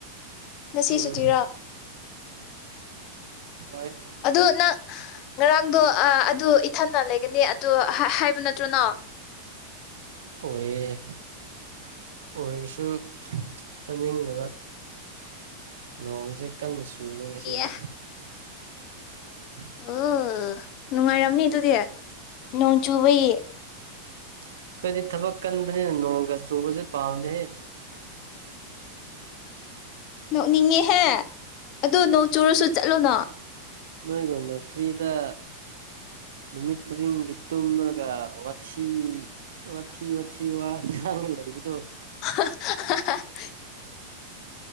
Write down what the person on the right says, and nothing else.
ꯎꯝ
ꯍꯣꯏ
ꯍꯣꯢꯌꯦ ꯑꯣꯏꯔꯁꯨ ꯆꯠꯅꯤꯡꯗꯕ ꯅꯣꯡꯖ‌ꯦ ꯀꯟꯅ ꯆꯨꯢꯕ ꯉꯁꯤꯗꯤ
<unintelligible>
ꯑꯩꯈꯣꯏꯗꯤ ꯊꯕꯛ ꯀꯟꯕꯅꯤꯅ ꯅꯣꯡꯒ ꯆꯨꯕꯖ‌ꯦ ꯄꯥꯝꯗꯦꯍꯦ
ꯅꯥꯏꯒꯨꯝꯅ ꯐ꯭ꯔꯤꯗ ꯅꯨꯃꯤꯠ ꯈꯨꯗꯤꯡꯒꯤ ꯇꯨꯝꯔꯒ ꯋꯥꯊꯤ ꯋꯥꯊꯤ ꯋꯥꯊꯤ ꯋꯥ ꯉꯥꯡꯉꯥ ꯂꯩꯕꯗꯣ